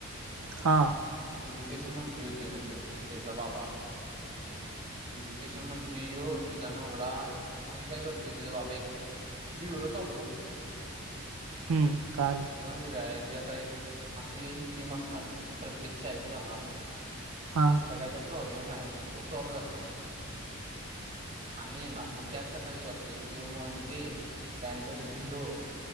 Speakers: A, on the right (about 80°); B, on the right (about 35°).
A: हा.
B: एज्युकेशन मंत्री होते म त्यो त्याचा बाबा. एज्युकेशन मंत्री यो होती तिचा नवरा म्हणजे काय करते तिचा बाबा एक ब्युरो चालू करते.
A: हम्म कळालं
B: म्हणजे काय की आता एक अशी टीम असणार जी की प्रत्येक शाळेत जाणार
A: हा
B: तिथं काय तर प्रॉब्लेम आहे ते सॉल्व करणार आणि येणार मग त्यात कसा विषय असतो त्यो मंत्री त्यानंतर तो हिरो